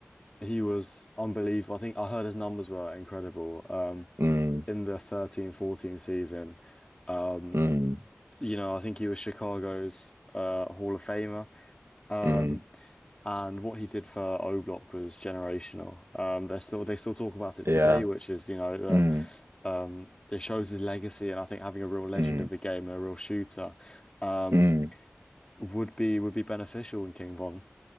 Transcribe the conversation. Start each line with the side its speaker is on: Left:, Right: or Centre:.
Left: he was unbelievable. I think I heard his numbers were incredible. Um,
Right: Mm,
Left: in the thirteen, fourteen season, um,
Right: mm,
Left: you know, I think he was Chicago's uh, Hall of Famer. Um,
Right: mm,
Left: and what he did for O Block was generational. Um, they still they still talk about it
Right: yeah.
Left: today, which is you know the
Right: Mm,
Left: um, it shows his legacy, and I think having a real legend
Right: mm,
Left: of the game and a real shooter. Um,
Right: mm.
Left: would be would be beneficial in King Von.